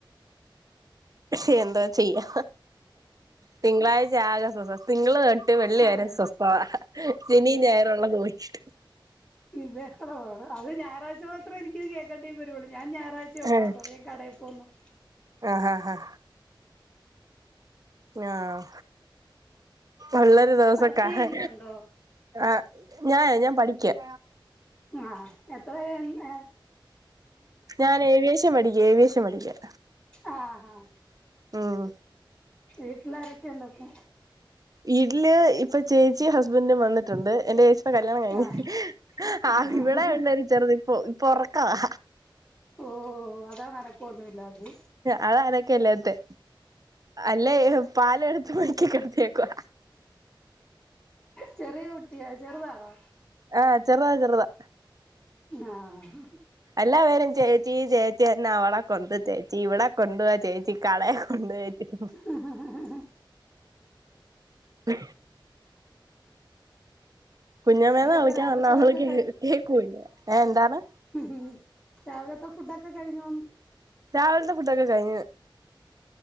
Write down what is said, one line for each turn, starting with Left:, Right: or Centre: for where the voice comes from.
Right: പക്ഷെ എന്താ ചെയ്യാ തിങ്കളാഴ്ച ആകെ സ്വസ് തിങ്കള് തൊട്ട് വെള്ളി
Left: അതെ
Right: വരെ സ്വസ്ഥവാ ശനിയും ഞായറുള്ളത് പോയി ഷ്ടി
Left: ഇവ്വെ അളവാണ് അത് ഞായറാഴ്ച മാത്രേ എനിക്കത് കേക്കണ്ടയും വരൂള്ളൂ ഞാൻ ഞായറാഴ്‌ചയേ ഉണ്ടാകത്തൊള്ളൂ
Right: ആഹ്
Left: ഞാൻ കടയിൽ പോവുന്നുണ്ട്
Right: ആഹ് ആഹ് ആഹ് ആഹ് ഒള്ളൊരു ദിവസവൊക്കെ
Left: വർക്ക്
Right: ആകെ
Left: ചെയ്യുന്നുണ്ടോ
Right: ആഹ് ഞാൻ ഞാൻ പഠിക്കയാ
Left: ആഹ് എത്രെ ഏ
Right: ഞാൻ ഏവിയേഷൻ പഠിക്കുവാ ഏവിയേഷൻ പഠിക്കുവാ
Left: ആഹ് ആഹ്
Right: ഉം
Left: വീട്ടിലാരൊക്കെ ഉണ്ട് അപ്പോ
Right: വീട്ടില് ഇപ്പൊ ചേച്ചീമ് ഹസ്ബന്റും വന്നിട്ടുണ്ട് എന്റെ ചേച്ചി ഇപ്പൊ കല്യാണം കഴിഞ്ഞ്.
Left: ആഹ്
Right: ആ
Left: ആഹ്
Right: ഇവിടെ
Left: ആഹ്
Right: ഉണ്ട് ഒരു ചെറുത് ഇപ്പൊ ഇപ്പൊ ഉറക്കവാ
Left: ഓ അതാനാണക്കോന്നുല്ലാത്തത്
Right: അതാ അനക്ക ല്ലാത്തെ അല്ലേ പാലോടുത്തൊറക്കി കെ ടത്തിയേ ക്കുവാ
Left: ചെറിയ കുട്ടിയ ചെറുതാണാ
Right: ആഹ് ചെറുതാ ചെറുതാ
Left: ആഹ്
Right: എല്ലാവരും ചേച്ചി ചേച്ചി എന്ന അവള കൊണ്ട് ചേച്ചി ഇവിടെ കൊണ്ട് വാ ചേച്ചി കളയ കൊണ്ട വച്ചിട്ട
Left: ആ ഹാ ഹാ ഹാ ഹാ
Right: അ കുഞ്ഞമ്മേന്ന്
Left: ഫുഡൊക്കെ
Right: വിളിക്കാൻ
Left: രാവിലത്തെതൊക്കെ
Right: പറഞ്ഞാ അവള് കേകേൾക്കൂല ഏ എന്താണ്
Left: ഉം രാവിലത്തെ ഫുഡൊക്കെ കഴിഞ്ഞോന്ന്
Right: രാവിലത്തെ ഫുഡൊക്കെ കഴിഞ്ഞ്